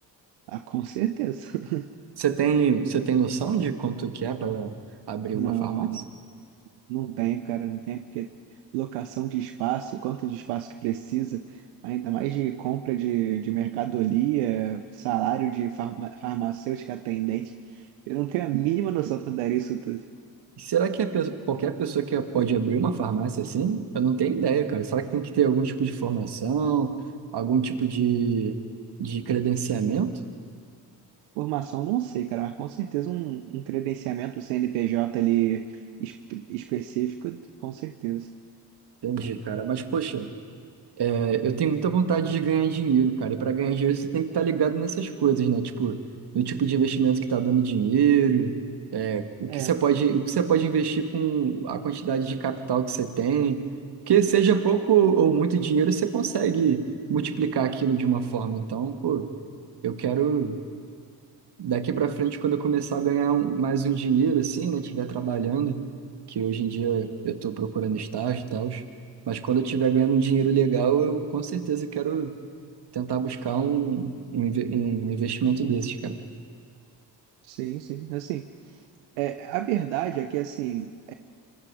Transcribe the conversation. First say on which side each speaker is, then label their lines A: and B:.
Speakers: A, on the right; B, on the right.
A: Ah, com certeza. <laughs>
B: Você tem, você tem noção de quanto que é para abrir
A: Não.
B: uma farmácia?
A: Não tem, cara, não tem, porque locação de espaço, quanto de espaço que precisa, ainda mais de compra de, de mercadoria, salário de farma, farmacêutica atendente. Eu não tenho a mínima noção para dar isso tudo.
B: Será que a pesso- qualquer pessoa que pode abrir uma farmácia assim? Eu não tenho ideia, cara. Será que tem que ter algum tipo de formação, algum tipo de, de credenciamento?
A: Formação, não sei, cara, mas com certeza um, um credenciamento CNPJ ali es- específico, com certeza.
B: Entendi, cara. Mas, poxa, é, eu tenho muita vontade de ganhar dinheiro, cara. E para ganhar dinheiro você tem que estar ligado nessas coisas, né? Tipo, no tipo de investimento que está dando dinheiro, é, o
A: É,
B: que você pode, o que você pode investir com a quantidade de capital que você tem. Porque seja pouco ou muito dinheiro, você consegue multiplicar aquilo de uma forma. Então, pô. eu quero daqui para frente quando eu começar a ganhar um- mais um dinheiro assim, né, tiver trabalhando, que hoje em dia eu estou procurando estágio e tal, mas quando eu tiver ganhando um dinheiro legal, eu com certeza quero tentar buscar um, um, inve- um investimento desses, cara.
A: sim, sim. Assim, é, a verdade é que, assim,